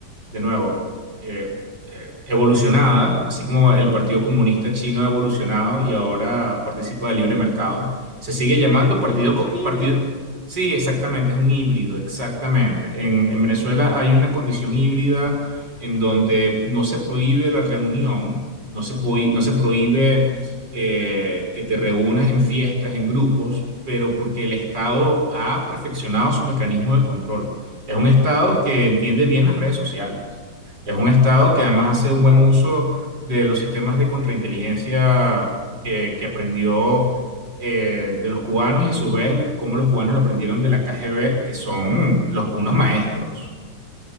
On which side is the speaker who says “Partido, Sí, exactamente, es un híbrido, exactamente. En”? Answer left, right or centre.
Right